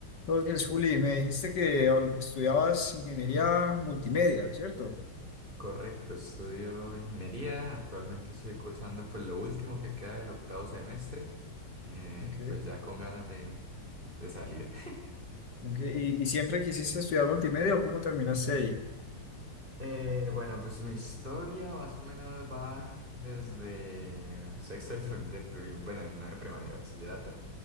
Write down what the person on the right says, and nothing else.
Correcto, estudio ingeniería, actualmente estoy cursando pues lo último que queda del octavo semestre, eh,
pues ya con ganas de, de salir.
Eh, bueno, pues mi historia más o menos va desde sexto de, prim- bueno, no de primaria, bachillerato.